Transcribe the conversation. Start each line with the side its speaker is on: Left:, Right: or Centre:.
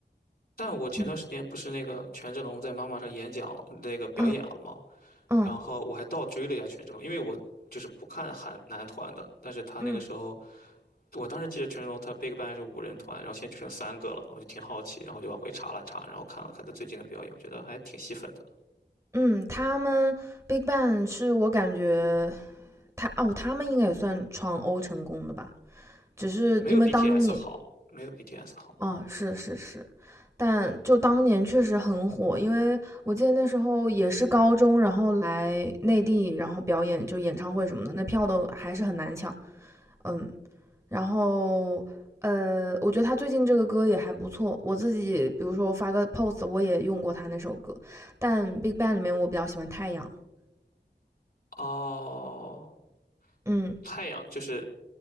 Left: 但我前段时间不是那个权志龙在妈妈上演讲了，
Right: 嗯，
Left: 那个表演了吗？
Right: 嗯嗯
Left: 然后我还倒追了一下权志龙，因为我就是不看韩男团的，但是他那个时候，
Right: 嗯
Left: 我当时记得权志龙他 BigBang 是五人团，然后现在就剩三个了，我就挺好奇，然后就往回查了查，然后看了看他最近的表演，我觉得还挺吸粉的，
Right: 嗯，他们 Big Bang 是我感觉他哦，他们应该也算闯欧成功的吧。只是因为当年。
Left: 没有 BTS 好，没有 BTS 好。
Right: 啊，是是是，但就当年确实很火，因为我记得那时候也是高中，然后来内地，然后表演就演唱会什么的，那票都还是很难抢，嗯，然后呃，我觉得他最近这个歌也还不错，我自己比如说发个 post，我也用过他那首歌，但 BigBang 里面我比较喜欢太阳，
Left: 哦，
Right: 嗯，
Left: 太阳就是